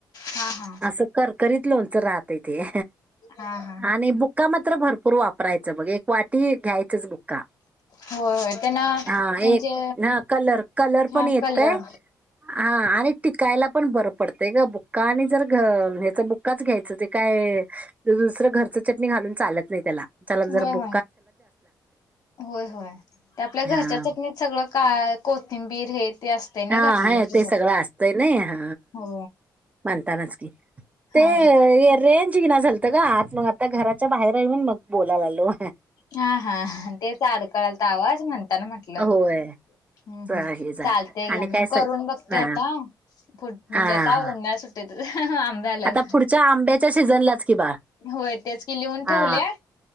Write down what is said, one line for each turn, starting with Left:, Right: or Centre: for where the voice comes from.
Left: हा हा
Right: असं- करकरीत लोणचं राहतय तेे.
Left: हा हा
Right: आणि बुक्का मात्र भरपूर वापरायचं बघ. एक वाटी घ्यायचच बुक्का.
Left: होय होय त्यांना
Right: हा.
Left: म्हणजे
Right: एक ह कलर कलर पण
Left: हा
Right: येतय-
Left: कलर
Right: हा. आणि टिकायला पण बर पडतेय ग! बुक्का आणि जर हच बु- -क्काच घ्यायचं. ते काय दुसरं घरच चटणी घालून चालत नाही त्याला. त्याला जर
Left: होय
Right: ब-
Left: होय होय होय. ते आपल्या
Right: हां.
Left: घरच्या चटणीत सगळं का कोथिंबीर हे- ते असते ना
Right: हा
Left: घातलेलं
Right: ह.
Left: त्याच्यात
Right: ते सगळं असतंय नाही. हा.
Left: हो
Right: म्हणतानाच की. ते
Left: हा
Right: रेंज येईना झालंय. आत नाही. मग आता घराच्या बाहेर येऊन मग बोलायला आलो.
Left: हा हा. तेच अडकळाला तर आवाज म्हणताना म्हटलं.
Right: होय
Left: हम्
Right: हे
Left: हम.
Right: चालत
Left: चालतेया.
Right: आणि
Left: मी
Right: काय
Left: करून
Right: सग
Left: बघते
Right: हा
Left: आता म्हणजे
Right: हा हा
Left: आता ओन्हाळ्या सु- आंबे आल्यावर.
Right: आता पुढच्या आंब्याच्या सीझनलाच कि बाळ
Left: होय. तेच की लिहून
Right: हा
Left: ठेवलय.